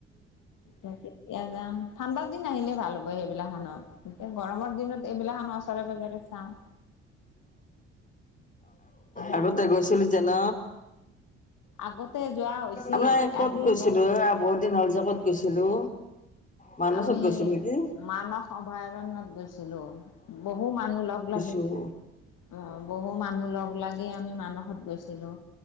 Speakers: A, on the left (about 60°); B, on the left (about 20°).
A: কেতিয়া যাম ঠাণ্ডাৰ দিন আহিলে ভাল হ'ব সেইবিলা খনত এতিয়া গৰমৰ দিনত এইবিলাক ন ওচৰে বজেৰে চাওঁ এতিয়া
B: আগতে গৈছিলো যে ন?
A: আগতে যোৱা হৈছিল
B: আমাৰ ক'ত
A: আজি
B: গৈছিলো এ বহুত দিন হ'ল যে ক'ত গৈছিলো? মানছত
A: আমি
B: গৈছো নেকি
A: মানস অভয়াৰণ্যত গৈছিলো বহু মানুহ লগ লাগি
B: উম
A: অ বহু মানুহ লগ লাগি আমি মানসত গৈছিলো